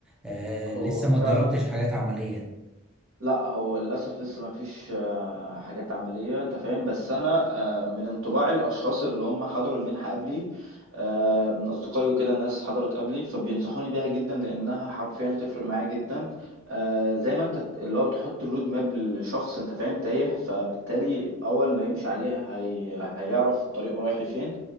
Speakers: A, in the centre; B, on the right.
A: آه،
B: هو
A: لسه ما
B: فعلا
A: جربتش حاجات عملية
B: لا هو للأسف لسه ما فيش آه، حاجات عملية أنت فاهم بس أنا آه، من انطباع الأشخاص اللي هم حضروا المنحة قبلي آه، من أصدقائي وكده ناس حضرت قبلي فبينصحوني بيها جدا لأنها حرفيا هتفرق معايا جدا آه، زي ما أنت اللي هو بتحط الرود ماب لشخص أنت فاهم تايه فبالتالي أول ما يمشي عليها هي... هيعرف الطريق رايح لفين